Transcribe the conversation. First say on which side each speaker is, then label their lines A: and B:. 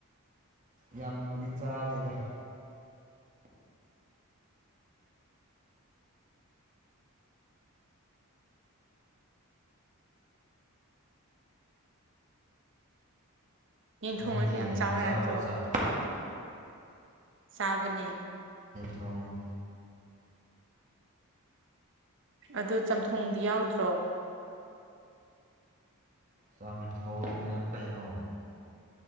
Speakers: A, on the right (about 35°); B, on the right (about 55°).
A: ꯌꯥꯝꯗꯤ ꯆꯥꯗꯦꯗ
B: ꯌꯦ
A: ꯅꯪꯗꯤ
B: ꯊꯣꯡꯉꯗꯤ ꯌꯥꯝ ꯆꯥꯎꯋꯦ
A: ꯆꯥꯕ꯭ꯔꯣ
B: ꯌꯥꯗ꯭ꯔꯣ
A: ꯆꯥꯛ
B: ꯁꯥꯕꯅꯦ
A: ꯊꯣꯡꯉ
B: ꯑꯗꯨ ꯆꯝꯊꯣꯡꯗꯤ ꯌꯥꯎꯗ꯭ꯔꯣ
A: ꯆꯥꯝꯊꯣꯡ ꯍꯥꯏꯕꯨ ꯀꯩꯅꯣ